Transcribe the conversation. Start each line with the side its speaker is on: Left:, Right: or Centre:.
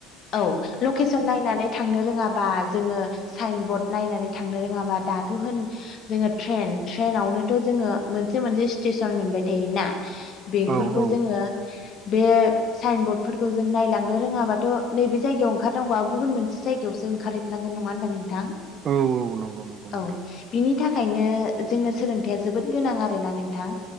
Left: औ लकेसन नायनानै थांनो रोङाबा जोङो साइन बरर्ड नायनानै थांनो रोङाबा दाथ' होन जोङो ट्रेन ट्रेनावनोथ' जोङो मोनसे मोनसे स्टेसन मोनबाय थायोना बेफोरखौ
Right: औ औ
Left: जोङो बे साइन बर्डफोरखौ जों नायलांनो रोङाबाथ' नैबे जायगायाव ओंखारनांगौवा गुबुन मोनसे जायगायावसो ओंखारहै फ्लांगोन नङा होनबा नोंथां?
Right: औ औ। नंगौ नंगौ नोंथां
Left: औ बिनि थाखायनो जोंनो सोलोंथाइया जोबोद गोनां आर ना नोंथां